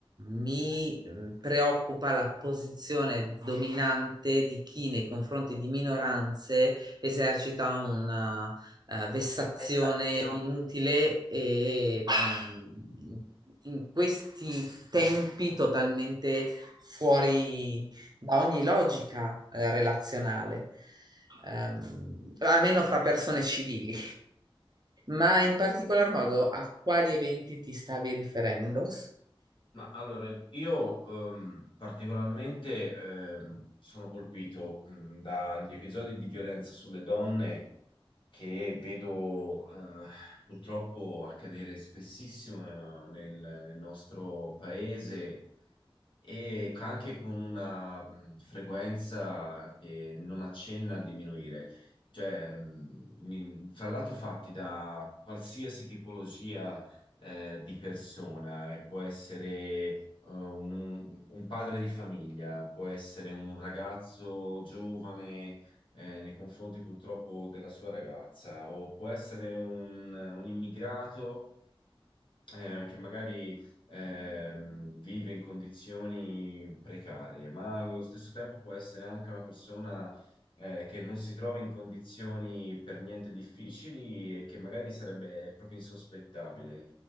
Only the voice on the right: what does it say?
mi mh, preoccupa la posizione dominante di chi nei confronti di minoranze esercita una eh, vessazione
inutile e mh, in questi tempi totalmente fuori da ogni logica, eh, relazionale, ehm, almeno fra persone civili. Ma in particolar modo a quali eventi ti stavi riferendo?